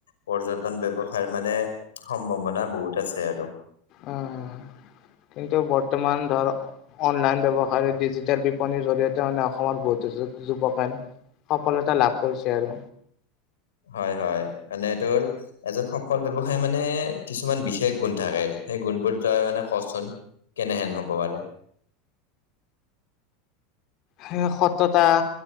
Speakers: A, on the left (about 85°); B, on the left (about 50°).
A: পৰ্য ব্যৱসায় মানে সম্ভাৱনা বহুত আছে আৰু
B: উম! কিন্তু বৰ্তমান ধৰ অনলাইন ব্যৱসায় ডিজিটেল বিপণীৰ জৰিয়তে মানে অসমৰ বহুতো যুৱকনে সফলতা লাভ কৰিছে আৰু।
A: হয় হয় মানে তোৰ এজন সফল ব্যৱসায় মানে কিছুমান বিশেষ গুন থাকে। সেই গুণবোৰ তই মানে কচোন, কেনেহেন হব পাৰে <inaudible>
B: হে সততা।